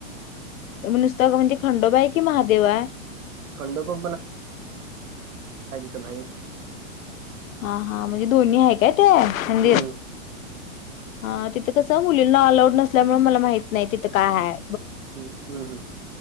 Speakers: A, on the left; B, on the right.
A: नुसत म्हणजे खंडोबा हाय कि महादेव हाय
B: खंडोबा भाहेर
A: हा हा म्हणजे दोन्ही हाय काय ते मंदिर
B: हम्म
A: हा तिथं कस मुलींना अलाऊड नसल्यामुळे मला माहित नाही तिथं काय हाय
B: हम् हम्म हम्म